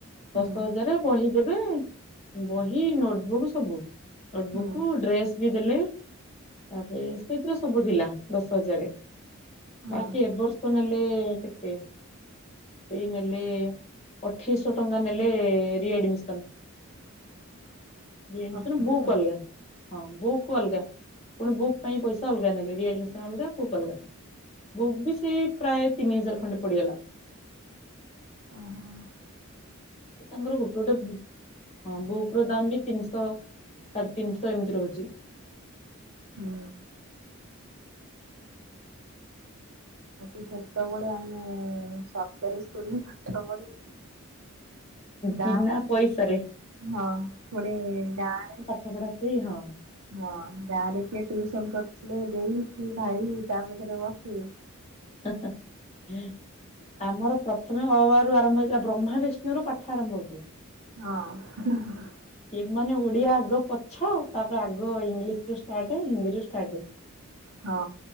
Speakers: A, on the right (about 75°); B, on the left (about 30°).
A: ହୁଁ
B: ଦଶ ହଜାର ବହି ଦେବେ। ବହି, ନୋଟବୁକ୍ ସବୁ। ନୋଟବୁକ୍
A: ହୁଁ
B: ଡ୍ରେସ ବି ଦେଲେ ତାପରେ ସେଇଥିରେ ସବୁ ଥିଲା, ଦଶ ହଜାରେ।
A: ହଁ
B: ବାକି ଏବର୍ଷ ନେଲେ କେତେ? ଏଇ ନେଲେ ଅଠେଇଶହ ଟଙ୍କା ନେଲେ ରିଆଡମିସନ।
A: <unintelligible>
B: ରିଆଡମିସନ
A: ଅଠେଇଶ
B: ବୁକ୍ ଅଲଗା। ହଁ ବୁକ୍ ଅଲଗା, ପୁଣି ବୁକ୍ ପାଇଁ ପଇସା ଅଲଗା ନେବେ, ରିଡମିସନ ଅଲଗା ବୁକ୍ ଅଲଗା। ବୁକ୍ ବି ସେଇ ପ୍ରାୟ ତିନି ହଜାର ଖଣ୍ଡେ ପଡିଗଲା।
A: ଉଁ।
B: ତାଙ୍କର ଗୋଟେ ଗୋଟେ ବୁକ୍‌ ହଁ ବୁକ୍ ର ଦାମ ବି ତିନିଶହ ସାଢେ ତିନିଶହ ଏମିତି ରହୁଛି।
A: ହୁଁ। ଆଜି କେତେବେଳେ ଆମେ ସରକାରୀ ସ୍କୁଲରେ ପାଠ ପଢି ଗାଁ
B: ବିନା ପଇସାରେ
A: ହଁ ପୁଣି ଗାଁ ରେ
B: ପାଠପଢା ଫ୍ରି ହଁ।
A: ହଁ ଗାଁରେ କିଏ ଟିଉସନ କରୁଥିଲେ ଦେଇ କି ଭାଇ ତା ପାଖରେ ବସିବେ।
B: ହେଁ ହେଁ ହେଁ। ଆମର ପ୍ରଥମେ ଅ ଆ ରୁ ଆରମ୍ଭ ହେଇଥିଲା ବ୍ରହ୍ମା ବିଷ୍ଣୁ ରୁ ପାଠ ଆରମ୍ଭ ହଉଥିଲା।
A: ହଁ।
B: ଏ ମାନେ ଓଡିଆ ଆଗ ପଛ ତାପରେ ଆଗ ଇଂଲିଶ ରୁ ଷ୍ଟାର୍ଟ ହିନ୍ଦୀରୁୁ ଷ୍ଟାର୍ଟ।
A: ହଁ